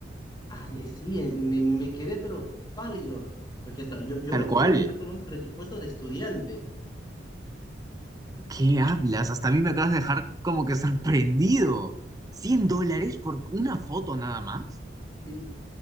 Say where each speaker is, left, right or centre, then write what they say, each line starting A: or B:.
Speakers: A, on the left; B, on the right.
A: ay, sí, eh, me, me me quedé pero pálido, porque hasta yo, yo
B: Tal cual,
A: suelo viajar con un presupuesto de estudiante.
B: ¿qué hablas? Hasta a mí me acabas de dejar como que sorprendido. cien dólares por una foto nada más?
A: Sí,